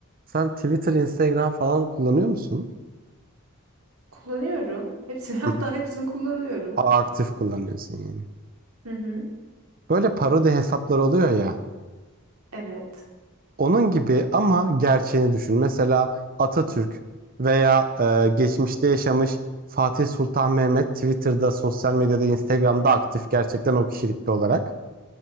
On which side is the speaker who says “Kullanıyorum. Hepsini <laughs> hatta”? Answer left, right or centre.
Right